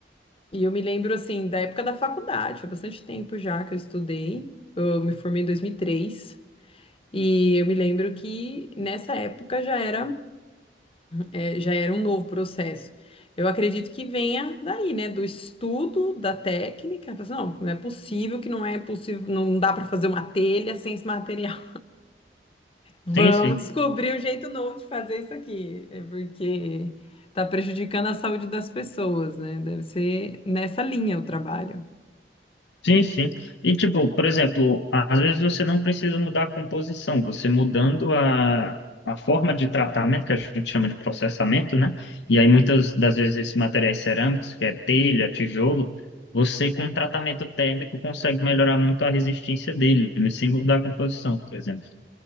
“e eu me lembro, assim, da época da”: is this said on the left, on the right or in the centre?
Left